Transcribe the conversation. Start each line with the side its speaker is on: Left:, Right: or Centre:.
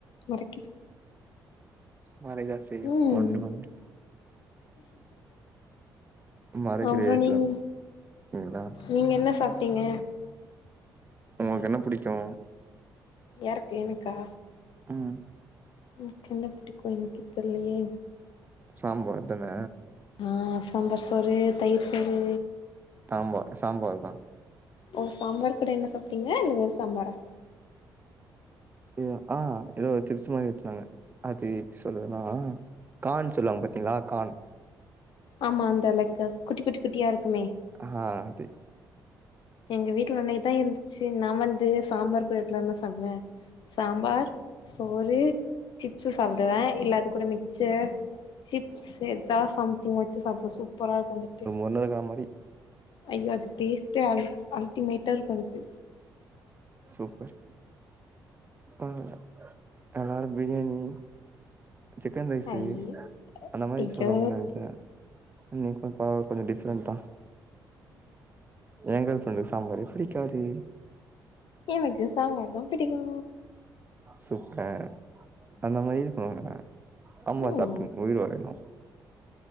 Left: மறைக்
Right: மறைக்தா செய்யூ
Left: ம்
Right: ஒண்ணு பண் முட் மறைக்கிற
Left: அப்றோ
Right: ஏஜ்ல
Left: நீங்
Right: இருக்கீங்களா
Left: நீங்க என்ன சாப்ட்டீங்க
Right: உனக்கு என்ன புடிக்கோ
Left: யாருக்கு எனக்கா
Right: ம்
Left: எனக் என்ன புடிக்கூ எனக்கோ தெர்லயே
Right: சாம்பார் அதான
Left: ஆ சாம்பார் சோறு தயிர் சோறு
Right: ஆமா சாம்பார் தா
Left: ஓ சாம்பார் கூட என்ன சாப்டீங்க இல்ல வெறூ சாம்பாரா
Right: எதோ ஆ எதோ ஒரு சிப்ஸ் மாரி வச்சிருந்தாங்க அது எப்டி சொல்றதுனா கான் சொல்லுவாங்க பாத்தீங்ளா கான்
Left: ஆமா அந்த லைக் குட்டி குட்டி குட்டியா இருக்குமே
Right: ஆ அது
Left: எங்க வீட்ல இன்னைக்தா இருந்துச்சு நான் வந்து சாம்பார் பிளோட்லதா இருந்தா சாப்டுவே சாம்பார் சோறு சிப்ஸ் சாப்டுவே இல்ல அது கூட மிக்சர் சிப்ஸ் சேத்தா சம்திங் வச்சு சாப்புடூவே சூப்பரா இருக்கூ அந்த டேஸ்ட்
Right: பண்ணருக்கா மாரி
Left: ஐயோ அது டேஸ்ட்டே அ அல்டிமேட்டா இருக்கூ அதுக்கு
Right: சூப்பர் பரவால்ல எல்லாரூ பிரியாணி சிக்கன் ரைஸ்சு
Left: ஐய
Right: அந்த மாரி
Left: ஐயோ
Right: சொல்லுவீங் நெனச்சே நீ கொஞ் பரவால்ல கொஞ்சோ டிஃப்ரெண்டா ஏ கேர்ள் ஃப்ரண்டு சாம்பாரூ புடிக்காது
Left: எனக்கு சாம்பார் தா பிடிக்கூ
Right: சூப்பர் அந்த மாரி இருக்கணுங்கா சாம்பார்
Left: ம்
Right: சாப்ட்டுனு உயிர் வாழணூ